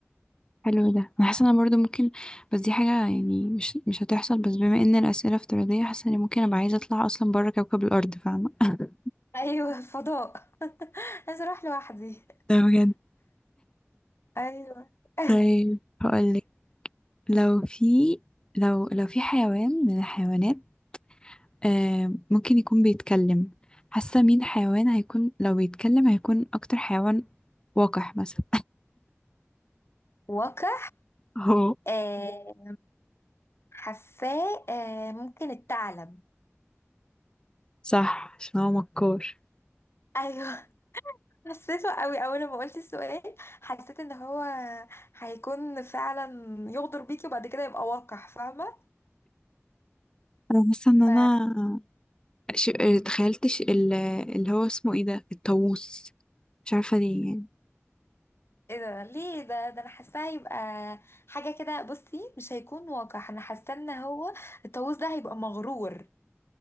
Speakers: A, on the left; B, on the left.
A: حلو ده انا حاسه انا برضو ممكن بس دي حاجه يعني مش مش هتحصل بس بما ان الاسئله افتراضيه حاسه اني ممكن ابقى عايزه اطلع اصلا بره كوكب الارض فاهمه <laughs>
B: <laughs> ايوه فضاء عايزه اروح لوحدي
A: ده بجد
B: ايوه <laughs>
A: طيب هقولك لو في لو لو في حيوان من الحيوانات آه ممكن يكون بيتكلم حاسه مين حيوان هيكون لو بيتكلم هيكون اكتر حيوان وقح مثلا
B: واقع
A: هو
B: آه حاساه آه، ممكن الثعلب
A: صح عشان هو مكار
B: ايوه <laughs> حسيته قوي اول ما قلت السؤال حسيت ان هو هيكون فعلا يغدر بيكي وبعد كده يبقى واقع فاهمه
A: انا حاسه ان انا
B: ف
A: ش... تخيلتش ال- اللي هو اسمه ايه ده الطاووس مش عارفه ليه يعني
B: ايه ده ليه ده ده انا حاساه هيبقى حاجه كده بصي مش هيكون واقع انا حاسه ان هو الطاووس ده هيبقى مغرور